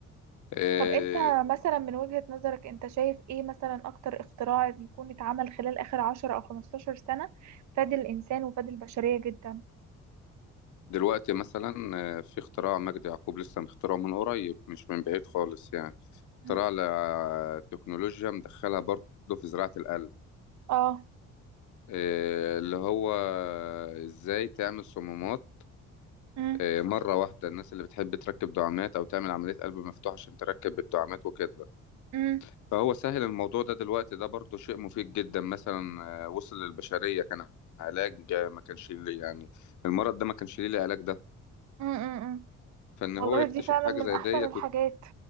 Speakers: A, on the left; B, on the right.
A: امم
B: طب انت مثلا من وجهة نظرك انت شايف ايه مثلا اكتر اختراع يكون اتعمل خلال اخر عشرة او خمستاشر سنة فاد الانسان وفاد البشرية جدا
A: دلوقتي مثلا آه، في اختراع مجدي يعقوب لسه مخترعه من قريب مش من بعيد خالص يعني اختراع
B: مم.
A: لتكنولوجيا مدخلها برضه في زراعة القلب
B: اه
A: آه، اللي هو ازاي تعمل صمامات
B: مم.
A: آه، مرة واحدة الناس اللي بتحب تركب دعامات أو تعمل عملية قلب مفتوح عشان تركب الدعامات وكده
B: مم.
A: فهو سهل الموضوع ده دلوقتي ده برضه شيء مفيد جدا مثلا آه، وصل للبشرية كان علاج آه، ما كانش ليه يعني المرض ده ما كانش ليه العلاج ده
B: امم
A: فإن
B: والله
A: هو يكتشف
B: دي فعلا
A: حاجة
B: من
A: زي
B: احسن
A: ديت
B: الحاجات